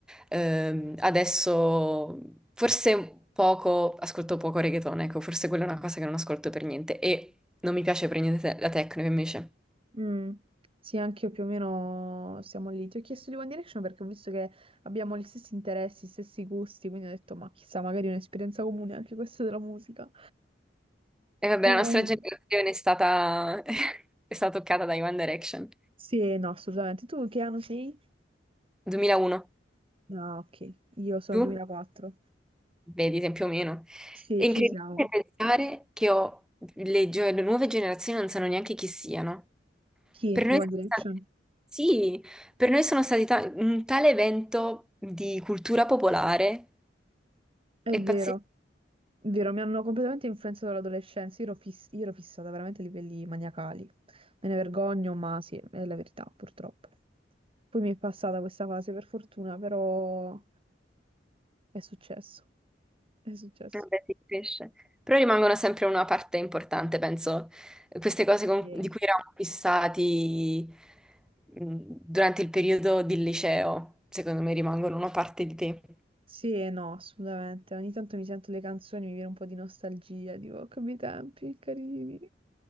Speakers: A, in the centre; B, on the right (about 30°).
A: Ehm, adesso forse poco, ascolto poco reggaeton, ecco, forse quella è una cosa che non ascolto per niente. E non mi piace per niente te- la techno invece.
B: Mm. Sì, anche io più o meno siamo lì. Ti ho chiesto di One Direction perché ho visto che abbiamo gli stessi interessi, gli stessi gusti, quindi ho detto, ma chissà, magari è un'esperienza comune anche questa della musica.
A: E vabbè,
B: Eh,
A: la nostra generazione è stata, <laughs> è stata toccata da One Direction.
B: sì, no, assolutamente. Tu che anno sei?
A: 2001.
B: No, ok, io sono
A: Tu?
B: 2004.
A: Vedi, te- più o meno.
B: Sì,
A: È incredibile
B: ci siamo.
A: pensare che ho- le, gio- le nuove generazioni non sanno neanche chi siano.
B: Chi?
A: Per
B: Di
A: noi
B: One
A: sono
B: Direction?
A: stati- sì, per noi sono stati ta- un tale evento di cultura popolare,
B: È
A: è
B: vero.
A: pazzesco,
B: Vero, mi hanno completamente influenzato l'adolescenza. Io ero, fiss- io ero fissata veramente a livelli maniacali. Me ne vergogno, ma sì, è la verità, purtroppo. Poi mi è passata questa fase, per fortuna, però è successo. È successo.
A: vabbè, si cresce. Però rimangono sempre una parte importante, penso, queste cose con-
B: Sì.
A: di cui eravamo fissati mh, durante il periodo del liceo, secondo me rimangono una parte di te.
B: Sì e no, assolutamente. Ogni tanto mi sento le canzoni, mi viene un po' di nostalgia, dico, "Oh, che bei tempi, carini,